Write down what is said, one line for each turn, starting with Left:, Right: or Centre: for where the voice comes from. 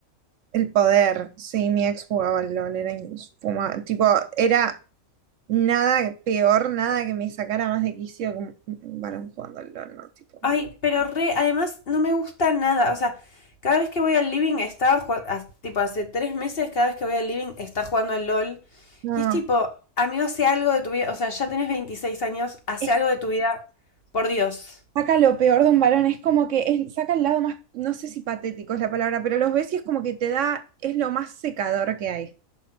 Right: el poder. Sí, mi ex jugaba al LOL, era infumable. Tipo, era nada peor, nada que me sacara más de quicio que un un varón jugando al LOL, ¿no? Tipo,
Left: Ay, pero re, además no me gusta nada. O sea, cada vez que voy al living estaba jugando, tipo hace tres meses, cada vez que voy al living está jugando al LOL.
Right: no,
Left: Y
Right: no.
Left: es tipo, amigo, hace algo de tu vida. O sea, ya tenés 26 años, hace
Right: Es-
Left: algo de tu vida. Por Dios.
Right: Saca lo peor de un varón, es como que es- saca el lado más, no sé si patético es la palabra, pero los ves y es como que te da, es lo más secador que hay.